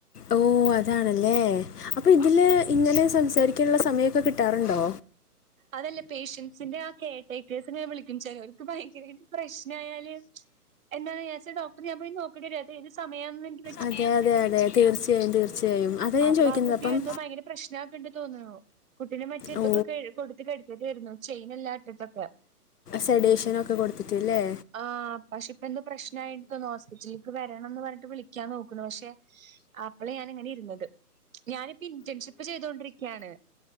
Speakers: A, on the left; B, on the right.
A: ഓ അതാണല്ലേ അപ്പോൾ ഇതിൽ ഇങ്ങനെ സംസാരിക്കാനുള്ള സമയൊക്കെ കിട്ടാറുണ്ടോ
B: അതല്ല പേഷ്യൻസിന്റെ ആ കെയർടേക്കേഴ്സ് ഇങ്ങനെ വിളിക്കും ചിലവർക്ക് ഭയങ്കരമായി പ്രശ്ന ആയാല് എന്നാനാ വെച്ച ഡോക്ടർ ഞാൻപോയി നോക്കടി രതെ ഏതു സമയ <unintelligible>
A: അതെ അതെ അതെ തീർച്ചയായും തീർച്ചയായും അതാ ഞാൻ
B: അപ്പ
A: ചോദിക്കുന്നത്
B: ആ കുട്ടി
A: അപ്പം
B: എന്തോ ഭയങ്കര പ്രശ്നാ ക്ക്ണ്ട് തോന്ന്ണു കുട്ടിനെ മറ്റേ ഇതൊക്കെ
A: ഓ
B: കൊടുത്തിട്ട് എടുക്കേണ്ടിവെരും ചെയിൻല്ലാം ഇട്ടിട്ടൊക്കെ
A: സെഡേഷൻ ഒക്കെ കൊടുത്തിട്ട് അല്ലേ
B: ആ പക്ഷെ ഇപ്പ എന്ത് പ്രശ്നമായിട്ട് ഹോസ്പിറ്റൽ വരണം എന്ന് പറഞ്ഞിട്ട് വിളിക്കാൻ നോക്കുന്നു പക്ഷെ അപ്പളേ ഞാനിങ്ങനെ ഇരുന്നത് ഞാനിപ്പ ഇന്റേൺഷിപ്പ് ചെയ്തുകൊണ്ടിരിക്കുകയാണ്